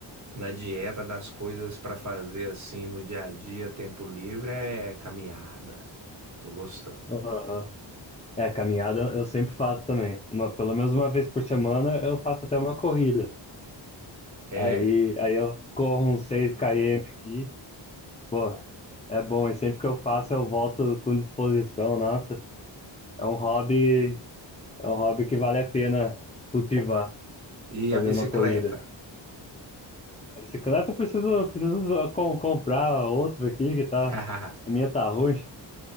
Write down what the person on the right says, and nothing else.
na dieta das coisas para fazer assim no dia a dia, tempo livre, é caminhada. Tô gostando.
É,
E
a bicicleta?
<laughs>